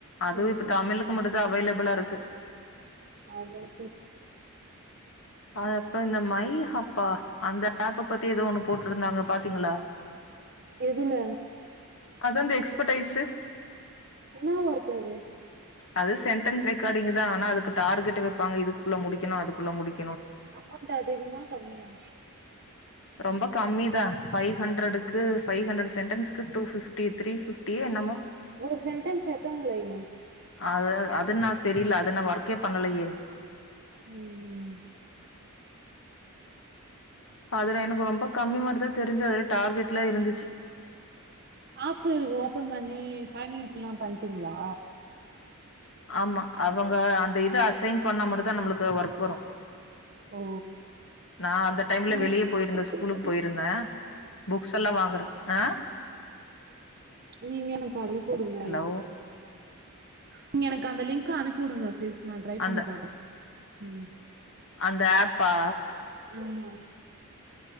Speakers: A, on the left (about 60°); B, on the right (about 45°).
A: அதுவு
B: ம்
A: இப்ப
B: ம்
A: தமிழுக்கு மட்டும்தா அவைலபிளா இருக்கு
B: அதா சிஸ்
A: அ அப்றோ இந்த மை ஹப்பா அந்த அப்ப பத்தி ஏதோ ஒன்னு போட்டிருந்தாங்க பாத்தீங்களா
B: எதுல
A: அதா அந்த எக்ஸ்பர்டைஸு
B: என்ன ஒர்க் அது
A: அதே சென்டென்ஸ் ரெக்கார்டிங் தா ஆனா அதுக்கு டார்கெட் வெப்பாங்க இதுக்குள்ள முடிக்கனு அதுக்குள்ள முடிக்
B: அமௌன்ட் அதிகமா கம்மியா
A: ரொம்ப கம்மி தா ஃபைவ்ஹண்ட்ரடுக்கு ஃபைவ் ஹண்ட் சி சென்டன்ஸ்கு டூ பிப்டி த்ரீ ஃப்டியோ என்னமோ
B: ஒரு சென்டன்ஸ் எத்தன லைனு
A: அது அது நாக் தெரியல அது நா ஒர்க்கே பண்ணலையே
B: ம்
A: அதுல எனக்கு ரொம்ப கம்மி மாரிதா தெரிஞ்சி அதுல டார்கெட்லா இருந்துச்சி
B: அப் ஓபன் பண்ணி சையனப்லாம் பண்டிங்களா
A: ஆமா அவங்க அந்த இது அசைன் பண்ண மட்டும் தா நம்மளுக்கு ஒர்க் வரும்
B: ஓ
A: நா அந்த டைம்ல
B: நீங்க
A: வெளியே போயிருந்தே ஸ்கூலுக்கு போயிருந்தே புக்ஸ் எல்லா வாங்கறக் ஆ
B: நீங்க எனக்கு அனுப்பி உடுங்க
A: ஹலோ
B: நீங்க எனக்கு அந்த லிங்க அனுப்பி விடுங்க சிஸ் நா ட்ரை
A: அந்த
B: பண்ணி பாக்க ம்
A: அந்த ஆப்பா
B: ஆமா